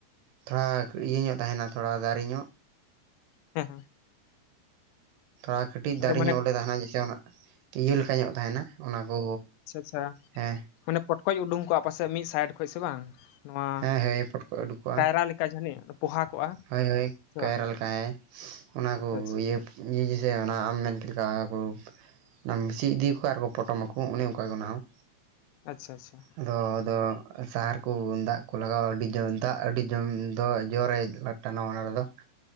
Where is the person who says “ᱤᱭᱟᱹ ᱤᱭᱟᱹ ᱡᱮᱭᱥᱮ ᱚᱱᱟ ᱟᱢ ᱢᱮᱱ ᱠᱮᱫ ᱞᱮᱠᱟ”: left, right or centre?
Right